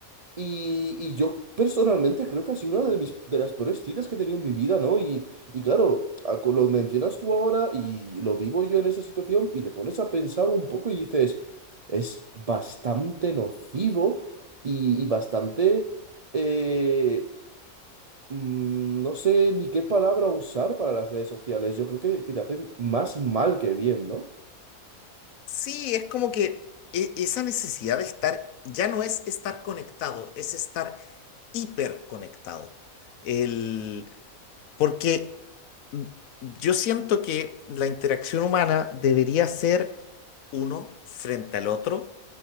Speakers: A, on the right; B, on the left.
A: Y, y yo personalmente creo que ha sido una de mis, de las peores citas que he tenido en mi vida, ¿no? Y, y claro, a- co- lo mencionas tú ahora y lo vivo yo en esa situación y te pones a pensar un poco y dices, es bastante nocivo y, y bastante, eh, mm, no sé ni qué palabra usar para las redes sociales. Yo creo que, que te hacen más mal que bien, ¿no?
B: Sí, es como que e- esa necesidad de estar, ya no es estar conectado, es estar hiperconectado. El, Porque yo siento que la interacción humana debería ser uno frente al otro,